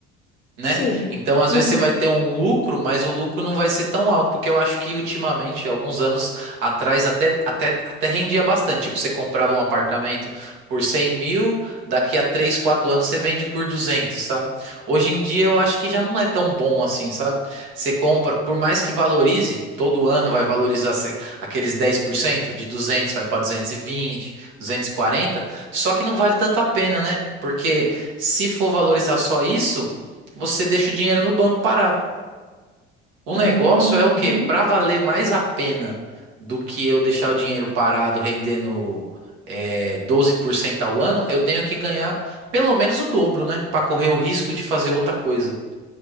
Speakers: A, on the right; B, on the left.
A: né?
B: Sim.
A: Então, às vezes
B: Uhum.
A: você vai ter um lucro, mas o lucro não vai ser tão alto, porque eu acho que ultimamente, alguns anos atrás, até, até, até rendia bastante. Tipo, você comprava um apartamento por 100 mil, daqui a 3 4 anos você vende por 200, sabe? Hoje em dia eu acho que já não é tão bom assim, sabe? Você compra, por mais que valorize, todo ano vai valorizar se- aqueles 10% de 200 vai para duzentos duzentos e vinte, duzentos e quarenta, só que não vale tanto a pena, né? Porque se for valorizar só isso, você deixa o dinheiro no banco parado. O negócio
B: Aham.
A: é o quê? Para valer mais a pena do que eu deixar o dinheiro parado rendendo é, 12% ao ano, eu tenho que ganhar pelo menos o dobro, né? Para correr o risco de fazer outra coisa.